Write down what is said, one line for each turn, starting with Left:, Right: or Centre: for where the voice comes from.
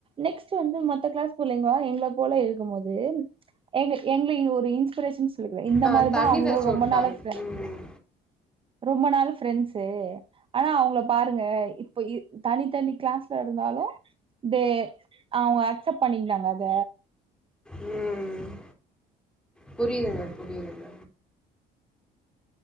Right: நெக்ஸ்ட் வந்து மத்த கிளாஸ் புள்ளைங்க எங்கள போல இருக்கும் போது ஏங்க எங்ள ஒரு இன்ஸ்பிரேஷன் சொல்லிக்குவே இந்த
Centre: ஆ
Right: மாரிதா
Centre: தண்ணி
Right: அவுங்களும்
Centre: தெளிச்சு
Right: ரொம்ப
Centre: வுட்டாங்க
Right: நாளா ப்ரெண்
Centre: ம்
Right: ரொம்ப நாள் ஃப்ரெண்ட்ஸ் தே ஆனா அவங்கள பாருங்க இப்ப இ தனி தனி க்ளாஸ்லருந்தாலு தே அவுங்க அக்சப்ட் பண்ணிக்கிட்டாங்க அத
Centre: ம் புரியுதுங்க புரியுதுங்க